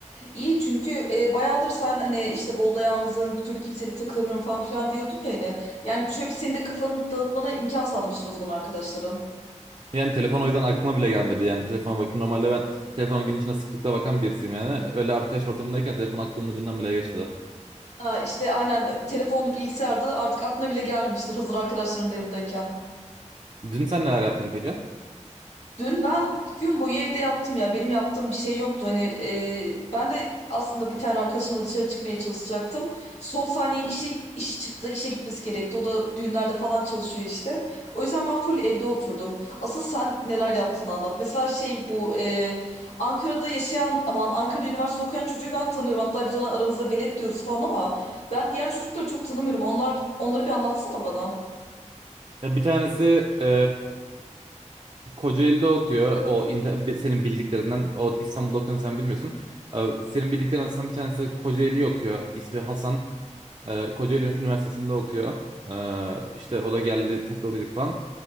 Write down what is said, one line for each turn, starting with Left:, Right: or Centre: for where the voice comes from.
Left: İyi çünkü e, bayağıdır sen hani işte Bolu'da yalnızım bir türlü kimseyle takılamıyorum falan filan diyordun ya hani. Yani şöyle bir senin de kafanı dağıtmana imkan sağlamıştır o zaman arkadaşların.
Right: Yani telefon o yüzden aklıma bile gelmedi. Yani telefona bakayım. Normalde ben telefona gün içinde sıklıkla bakan birisiyim yani. Öyle arkadaş ortamındayken telefon aklımın ucundan bile geçmedi.
Left: Ha, işte aynen e, telefonlu bilgisayarda artık aklına bile gelmemiştir hazır arkadaşların da yanındayken.
Right: Dün sen neler yaptın peki?
Left: Dün ben gün boyu evde yattım ya. Benim yaptığım bir şey yoktu. Hani e, ben de aslında bir tane arkadaşımla dışarı çıkmaya çalışacaktım. Son saniye işi işi çıktı. işe gitmesi gerekti. O da düğünlerde falan çalışıyor işte. O yüzden ben full evde oturdum. Asıl sen neler yaptığını anlat. Mesela şey bu e, Ankara'da yaşayan aman Ankara'da üniversite okuyan çocuğu ben tanıyorum. Hatta biz ona aramızda velet diyoruz falan ama ben diğer çocukları çok tanımıyorum. Onlar onları bir anlatsana bana.
Right: Ya bir tanesi e, Kocaeli'de okuyor. O inter- bi- senin bildiklerinden. O İstanbul'da okuyanı sen bilmiyorsun. E, senin bildiklerin arasından bir tanesi Kocaeli'yi okuyor. İsmi Hasan. E, Kocaeli Üniversitesi'nde okuyor. E, işte o da geldi takıldıydık falan.